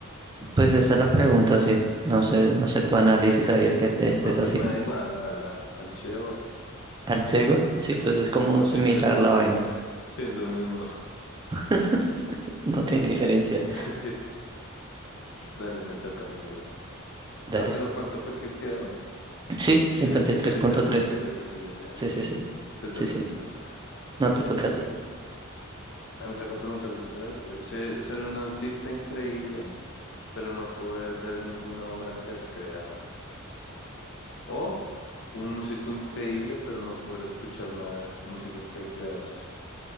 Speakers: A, on the right (about 20°); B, on the left (about 60°).
A: Pues esa
B: Entonces,
A: es la pregunta, sí. No sé, no sé tu análisis ahí, el que te estés
B: no, pues
A: haciendo.
B: me da igual, la verdad, al ciego.
A: ¿Al ciego? Sí, pues es
B: 53.3
A: como similar la vaina.
B: <laughs> es lo mismo.
A: <laughs> No tiene diferencia.
B: <laughs> sí Dale, me toca a mi bro.
A: Dale.
B: Ah, pero ¿cuánto fue que quedó?
A: Sí, cincuenta
B: Eh, 53.3,
A: y tres punto tres.
B: así ya te he
A: Sí,
B: hecho.
A: sí, sí.
B: Te toca,
A: Sí, sí.
B: te toca.
A: No te toca a ti.
B: Me toca preguntarte otra vez. ok. Ser, ser un artista increíble, pero no poder ver ninguna obra que has creado. O un músico increíble, pero no poder escuchar nada de música que creaste.